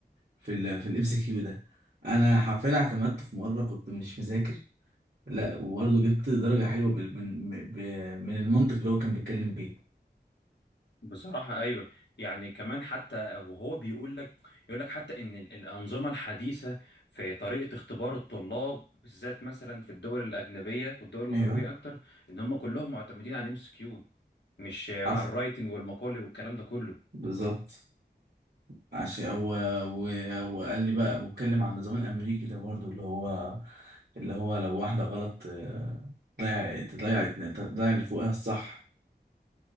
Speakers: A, on the right; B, on the left.
A: في ال في الام سي كيو ده انا حرفيا اعتمدته في مره كنت مش مذاكر لا وبرضه جبت درجه حلوه بال- من من من المنطق اللي هو كان بيتكلم بيه
B: بصراحة أيوة يعني كمان حتى وهو بيقول لك يقول لك حتى إن ال- الأنظمة الحديثة في طريقة اختبار الطلاب بالذات مثلا في الدول الأجنبية والدول الغربية
A: ايوه
B: أكتر إن هم كلهم معتمدين على الام اس كيو مش على
A: حصل
B: الرايتنج والمقالي والكلام ده كله
A: بالظبط عشان هو و- وقال لي بقى واتكلم عن النظام الامريكي ده برضو اللي هو اللي هو لو واحده غلط آه، تضيع تضيع تضيع اللي فوقها الصح